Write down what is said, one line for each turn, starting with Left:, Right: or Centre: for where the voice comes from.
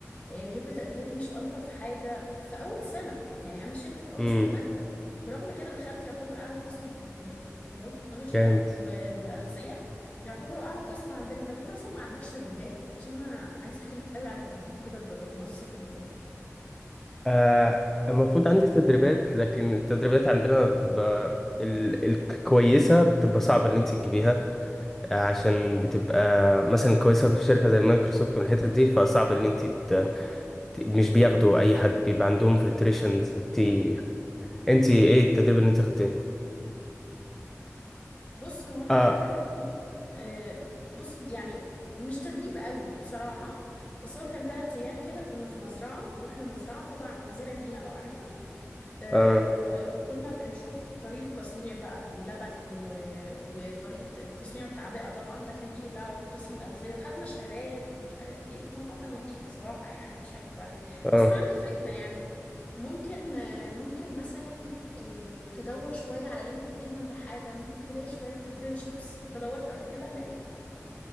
Left: آه، جبت تقديرات مش الطف حاجه في اول سنه يعني انا شلت في اول
Centre: امم
Left: سنه ماده برغم كده دخلت يعتبر اعلى قسم في الكليه البايوتكنولوجي
Centre: جامد
Left: ده و- واغذيه يعتبروا اعلى قسم عندنا طب انت اصلا ما عندكش تدريبات عشان انا عايزه احكي لك قوي على تدريب كده اتدربناه الصيف اللي فات
Centre: آه المفروض عندي تدريبات لكن التدريبات عندنا بتبقى ال- الكويسة بتبقى صعبة اللي انت تجيبيها آه، عشان بتبقى مثلا كويسة في شركة زي مايكروسوفت والحتت دي فصعب اللي انت ت- ت- مش بياخدوا اي حد بيبقى عندهم فلتريشنز كتير انت ايه التدريب اللي انت خدتيه؟
Left: بص هو انا
Centre: اه
Left: خدت تدريب آه، بص يعني مش تدريب قوي بصراحه بس هو كان ثلاث ايام كده كنا في مزرعه رحنا مزرعه تبع مزارع دينا لو عارفها آه،
Centre: اه
Left: و- وكنا بنشوف طريقة تصنيع بقى اللبن و- وطريقة التصنيع والتعبئة طبعا ده كان ليه دعوة بقسم الأغذية وخدنا شهادات ومش عارف ايه فالموضوع كان لطيف بصراحة يعني مش هكدب عليك
Centre: اه
Left: بس أنا عندي فكرة يعني ممكن آه، ممكن مثلا آه، تدور شوية على لينكد إن ولا حاجة ممكن تلاقي شوية internships أنت دورت قبل كده هناك؟